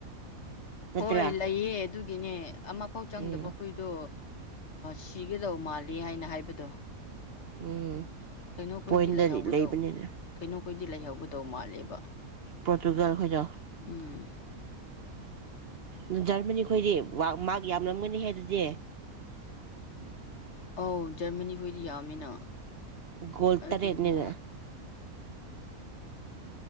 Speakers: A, on the right (about 50°); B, on the left (about 55°).
A: ꯅꯠꯇ꯭ꯔꯥ
B: ꯍꯣꯏ ꯂꯩꯑ ꯑꯗꯨꯒꯤꯅꯦ ꯑꯃꯐꯥꯎ ꯆꯪꯗꯕꯈꯣꯏꯗꯣ
A: ꯎꯝ
B: ꯁꯤꯒꯗꯧ ꯃꯥꯜꯂ ꯍꯥꯏꯅ ꯍꯥꯏꯕꯗꯣ
A: ꯎꯝ
B: ꯀꯩꯅꯣꯈꯣꯏꯗꯤ
A: ꯄꯣꯏꯟꯗꯗꯤ
B: ꯂꯩꯍꯧꯒꯗꯧꯕ
A: ꯂꯩꯕꯅꯤꯅ
B: ꯀꯩꯅꯣ ꯑꯩꯈꯣꯏꯗꯤ ꯂꯩꯍꯧꯒꯗꯧ ꯃꯥꯜꯂꯦꯕ
A: ꯄꯣꯇꯨꯒꯜ ꯈꯖ
B: ꯎꯝ
A: ꯎꯝ ꯖꯔꯃꯅꯤ ꯈꯣꯏꯗꯤ ꯃꯔ ꯌꯥꯝꯂꯝꯒꯅꯤ ꯍꯥꯏ ꯑꯗꯨꯗꯤ
B: ꯑꯧ ꯖꯔꯃꯅꯤ ꯈꯣꯏꯗꯤ ꯌꯥꯝꯃꯤꯅ
A: ꯒꯣꯜ
B: ꯑꯗꯨꯒ
A: ꯇꯔꯦꯠꯅꯤꯅ